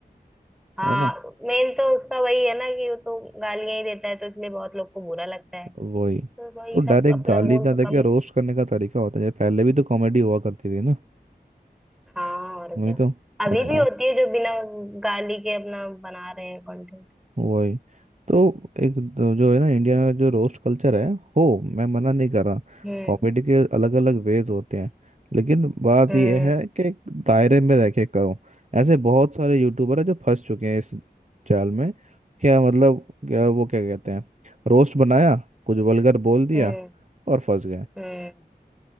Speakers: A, in the centre; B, on the right.
A: हाँ
B: है ना
A: मेन तो उसका वही है ना कि वो तो गालियां ही देता है तो इसलिए बहुत लोग को बुरा लगता है
B: वही
A: तो वही
B: तो
A: सब
B: डायरेक्ट
A: अपना
B: गाली
A: बोल
B: ना
A: तो
B: देके
A: कम
B: रोस्ट करने का तरीका होता है पहले भी तो कॉमेडी हुआ करती थी ना
A: हाँ और
B: वही
A: क्या
B: तो
A: अभी
B: अरे
A: भी होती है जो बिना गाली के अपना बना रहे हैं कंटेंट
B: वही तो एक दो- जो है ना इंडिया में जो रोस्ट कल्चर है हो मैं मना नहीं कर रहा
A: हम्म
B: कॉमेडी के अलग अलग वेज होते हैं लेकिन बात
A: हम्म
B: यह है कि एक दायरे में रह के करो ऐसे बहुत सारे यूट्यूबर हैं जो फंस चुके हैं इस जाल में क्या मतलब क्या वो क्या कहते हैं रोस्ट बनाया कुछ वल्गर बोल दिया
A: हम्म
B: और फंस गए
A: हम्म